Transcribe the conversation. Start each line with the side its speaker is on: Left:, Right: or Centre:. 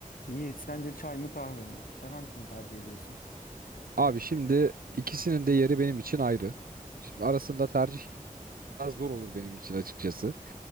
Left: Yiğit sence çay mı kahve mi? Sen hangisini tercih ediyorsun?
Right: Abi şimdi ikisinin de yeri benim için ayrı. Şimdi arasında tercih biraz zor olur benim için açıkçası.